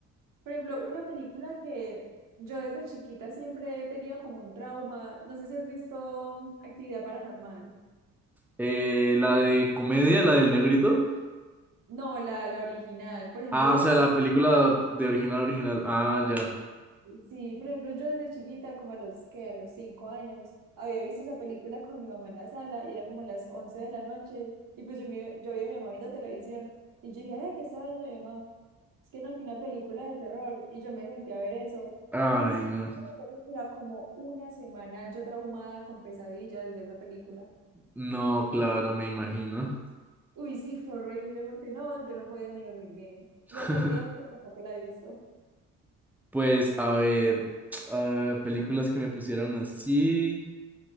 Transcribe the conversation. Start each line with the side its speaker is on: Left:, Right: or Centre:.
Right: Por ejemplo, una película que yo desde chiquita siempre he tenido como un trauma. No sé si has visto mm, Actividad Paranormal.
Centre: Eh, la de comedia, la del negrito.
Right: No, la, la original. Por ejemplo,
Centre: Ah,
Right: las
Centre: o sea, la película de original, original. Ah, ya.
Right: Sí, por ejemplo, yo desde chiquita, como a los que a los cinco años, había visto esa película con mi mamá en la sala y eran como las 11 de la noche. Y pues yo, me, yo vi a mi mamá viendo televisión y yo dije, ay, ¿qué estaba viendo mi mamá? Es que no, fue una película de terror y yo me senté a ver eso.
Centre: Ay,
Right: Y después
Centre: no.
Right: de la película, como una semana, yo traumada con pesadillas de esa película.
Centre: No, claro, me imagino.
Right: Uy, sí, fue horrible porque no, yo no podía ni dormir bien. Y
Centre: <laughs>
Right: hasta el día de hoy tampoco la he visto.
Centre: Pues, a ver, ah, películas que me pusieran así.